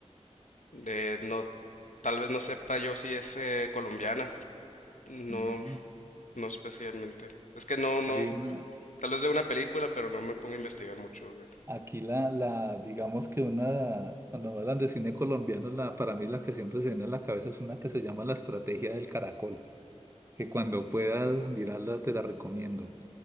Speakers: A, on the left; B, on the right.
A: de no, tal vez no sepa yo si es eh, colombiana. No,
B: Mm,
A: no especialmente. Es que no, no,
B: hay una,
A: tal vez de una película, pero no me pongo a investigar mucho. de-
B: aquí la, la, digamos que una, cuando hablan de cine colombiano, la, para mí la que siempre se viene a la cabeza es una que se llama La Estrategia del Caracol, que cuando puedas mirarla te la recomiendo.